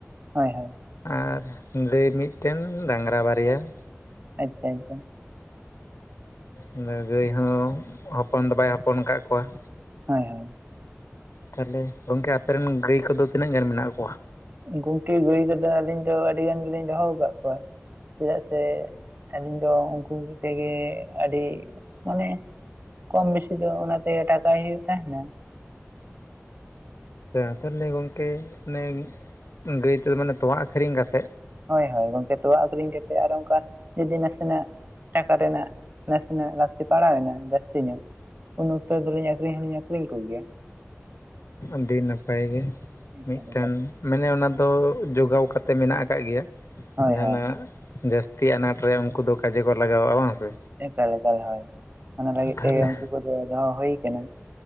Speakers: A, on the right; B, on the left.
A: ᱦᱳᱭ ᱦᱳᱭ ᱾
B: ᱟᱨ ᱜᱟᱹᱭ ᱢᱤᱫᱴᱮᱱ ᱰᱟᱝᱨᱟ ᱵᱟᱨᱭᱟ ᱾
A: ᱟᱪᱪᱷᱟ ᱟᱪᱪᱷᱟ ᱾
B: ᱟᱫᱚ ᱜᱟᱹᱭ ᱦᱚᱸ ᱦᱚᱯᱚᱱ ᱫᱚ ᱵᱟᱭ ᱦᱚᱯᱚᱱ ᱟᱠᱟᱜ ᱠᱚᱣᱟ ᱾
A: ᱦᱳᱭ ᱦᱳᱭ ᱾
B: ᱛᱟᱦᱚᱞᱮ ᱜᱚᱝᱠᱮ, ᱟᱯᱮ ᱨᱮᱱ ᱜᱟᱹᱭ ᱠᱚᱫᱚ ᱛᱤᱱᱟᱹᱜ ᱜᱟᱱ ᱢᱮᱱᱟᱜ ᱠᱚᱣᱟ?
A: ᱜᱚᱝᱠᱮ ᱜᱟᱹᱭ ᱠᱚᱫᱚ ᱟᱹᱞᱤᱧ ᱫᱚ ᱟᱹᱰᱤ ᱜᱟᱱ ᱜᱮᱞᱤᱧ ᱫᱚᱦᱚ ᱟᱠᱟᱫ ᱠᱚᱣᱟ ᱾ ᱪᱮᱫᱟᱜ ᱥᱮ, ᱟᱹᱞᱤᱧ ᱫᱚ ᱩᱱᱠᱩ ᱛᱮᱜᱮ ᱟᱹᱰᱤ ᱢᱟᱱᱮ ᱠᱚᱢ ᱵᱮᱥᱤ ᱫᱚ ᱚᱱᱟ ᱛᱮᱜᱮ ᱴᱟᱠᱟᱭ ᱦᱩᱭᱩᱜ ᱛᱟᱦᱮᱱᱟ ᱾
B: ᱟᱪᱪᱷᱟ ᱛᱟᱦᱚᱞᱮ ᱜᱚᱝᱠᱮ, ᱚᱱᱮ ᱜᱟᱹᱭ ᱛᱚ ᱢᱟᱱᱮ ᱛᱚᱣᱟ ᱟᱹᱠᱷᱨᱤᱧ ᱠᱟᱛᱮ,
A: ᱦᱳᱭ ᱦᱳᱭ ᱜᱚᱝᱠᱮ, ᱛᱚᱣᱟ ᱟᱹᱠᱷᱨᱤᱧ ᱠᱟᱛᱮ ᱟᱨᱚ ᱚᱱᱠᱟ ᱡᱩᱫᱤ ᱱᱟᱥᱮ ᱱᱟᱜ ᱴᱟᱠᱟ ᱨᱮᱱᱟᱜ ᱱᱟᱥᱮ ᱱᱟᱜ ᱞᱟᱹᱠᱛᱤ ᱯᱟᱲᱟᱣᱮᱱᱟ ᱡᱟᱹᱥᱛᱤ ᱧᱚᱜ, ᱩᱱ ᱚᱠᱛᱚ ᱫᱚᱞᱤᱧ ᱟᱹᱠᱷᱨᱤᱧ ᱦᱚᱸᱞᱤᱧ ᱟᱹᱠᱷᱨᱤᱧ ᱠᱚᱜᱮᱭᱟ ᱾
B: ᱟᱹᱰᱤ ᱱᱟᱯᱟᱭ ᱜᱮ
A: ᱚᱱᱠᱟ
B: ᱢᱤᱫᱴᱮᱱ
A: ᱞᱮᱠᱟ ᱫᱚ
B: ᱢᱟᱱᱮ ᱚᱱᱟ ᱫᱚ ᱡᱚᱜᱟᱣ ᱠᱟᱛᱮ ᱢᱮᱱᱟᱜ ᱟᱠᱟᱫ ᱜᱮᱭᱟ,
A: ᱦᱳᱭ
B: ᱡᱟᱦᱟᱸᱱᱟᱜ
A: ᱦᱳᱭ
B: ᱡᱟᱹᱥᱛᱤ ᱟᱱᱟᱴ ᱨᱮ ᱩᱱᱠᱩ ᱫᱚ ᱠᱟᱡᱮ ᱠᱚ ᱞᱟᱜᱟᱣᱟ ᱵᱟᱝ ᱥᱮ?
A: ᱮᱠᱟᱞ, ᱮᱠᱟᱞ, ᱦᱚᱭ ᱾ ᱚᱱᱟ ᱞᱟᱹᱜᱤᱫ
B: ᱛᱟᱦᱚᱞᱮ
A: ᱛᱮᱜᱮ ᱩᱱᱠᱩ ᱠᱚᱫᱚ ᱫᱚᱦᱚ ᱦᱩᱭ ᱠᱟᱱᱟ ᱾